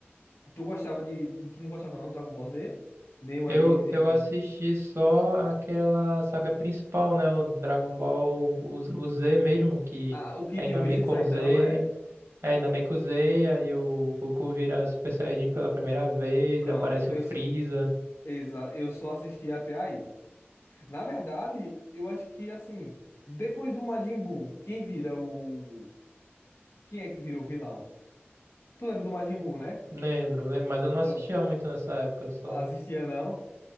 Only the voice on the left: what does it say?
Tu gostava de... Tu não gostava não do Dragon Ball Z? Nem o
anime, nem
o...
Ah, o que
tinha
o Mister Saitama,
é?
Pronto,
eu,
Exa eu só assisti até aí. Na verdade, eu acho que assim, depois do Majin Buu, quem vira o. Quem é que vira o vilão? Tu lembra do Majin Buu, né?
Pronto.
Assistia não?